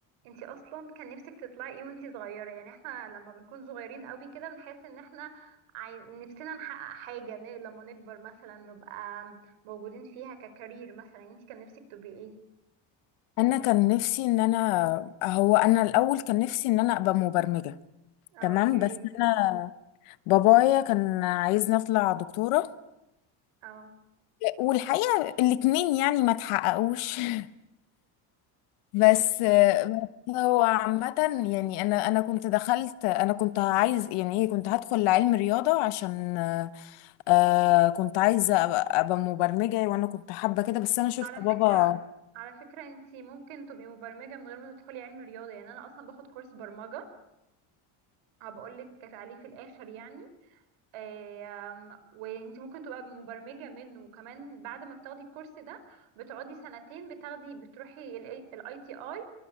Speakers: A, on the right; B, on the left.
A: انتي اصلا كان نفسك تطلعي ايه وانتي صغيره يعني احنا لما بنكون صغيرين قوي كده بنحس ان احنا عاي... نفسنا نحقق حاجه ن... لما نكبر مثلا نبقى موجودين فيها ككارير مثلا انتي كان نفسك تبقي ايه
B: انا كان نفسي ان انا هو انا الاول كان نفسي ان انا ابقى مبرمجة
A: اه
B: تمام
A: اوكي
B: بس انا بابايا كان عايزني اطلع دكتورة
A: اه
B: والحقيقة الاتنين يعني ما تحققوش <laughs> بس بس هو عامة يعني انا انا كنت دخلت انا كنت عايز يعني ايه كنت هدخل علم رياضة عشان آه كنت عايزة ابقى أبقى مبرمجة وانا كنت حابة
A: مم.
B: كده بس انا شفت
A: على
B: بابا
A: فكره على فكره انتي ممكن تبقي مبرمجه من غير ما تدخلي علم رياضه يعني انا اصلا باخد كورس برمجه هبقول لك عليه في الاخر يعني آم، وانت ممكن تبقى مبرمجة منه وكمان بعد ما بتاخدي الكورس ده بتقعدي سنتين بتاخدي بتروحي الاي تي اي